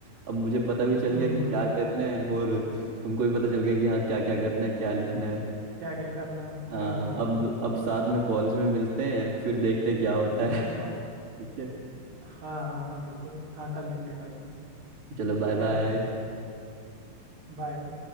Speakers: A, on the right; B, on the right.
A: अब मुझे पता भी चल
B: हम्म
A: गया कि क्या करना है और तुमको भी पता चल गया कि हाँ क्या क्या करना है क्या लिखना है
B: क्या क्या करना है हाँ
A: हाँ
B: हाँ हाँ
A: अब अब साथ में कॉलेज में मिलते हैं फिर देखते हैं क्या होता है
B: हाँ
A: <laughs> ठीक है
B: हाँ हाँ हाँ बिल्कुल हाँ कल मिलते हैं भाई
A: चलो
B: ठीक
A: बाय
B: है
A: बाय
B: बाय भाई